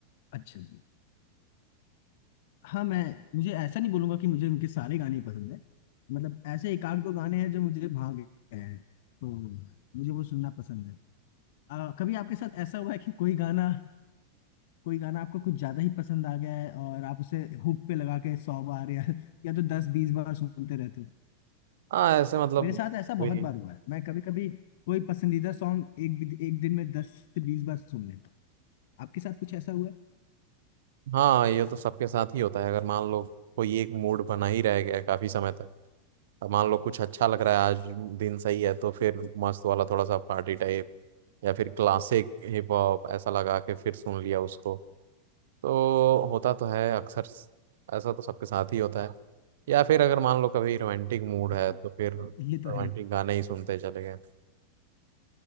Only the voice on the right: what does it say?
हाँ ऐसे मतलब
वही
हाँ ये तो सबके साथ ही होता है अगर मान लो कोई एक मूड बना ही रह गया काफी समय तक अब मान लो कुछ अच्छा लग रहा है आज दिन सही है तो फिर मस्त वाला थोड़ा सा पार्टी टाइप या फिर क्लासिक हिप हॉप ऐसा लगा के फिर सुन लिया उसको तो होता तो है अक्सर स- ऐसा तो सबके साथ ही होता है या फिर अगर मान लो कभी रोमांटिक मूड है
तो फिर रोमांटिक
गाने ही सुनते चले गए